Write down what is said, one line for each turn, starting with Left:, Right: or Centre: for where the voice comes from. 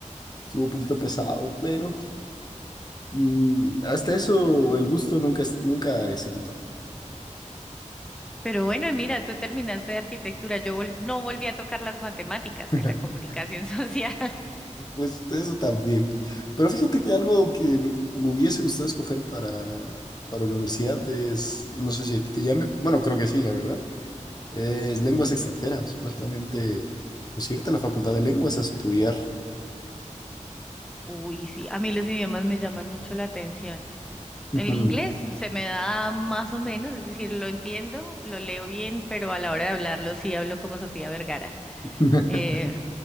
Left: estuvo un poquito pesado, pero Mm, hasta eso el gusto nunca, es- nunca se quitó.
Centre: Pero bueno, mira, tú terminaste de arquitectura, yo vol- no volví a tocar las matemáticas
Left: <laughs>
Centre: de la comunicación <laughs> social.
Left: Pues eso también. Pero fíjate que algo que me hubiese gustado escoger para, para universidad es, no sé si a ti te llame, bueno, creo que sí, la verdad, es lenguas extranjeras. Básicamente, pues irte a la Facultad de Lenguas a estudiar.
Centre: Uy, sí, a mí los idiomas me llaman mucho la atención.
Left: Ujú.
Centre: El inglés se me da más o menos, es decir, lo entiendo, lo leo bien, pero a la hora de hablarlo sí hablo como Sofía Vergara.
Left: <laughs>
Centre: Eh,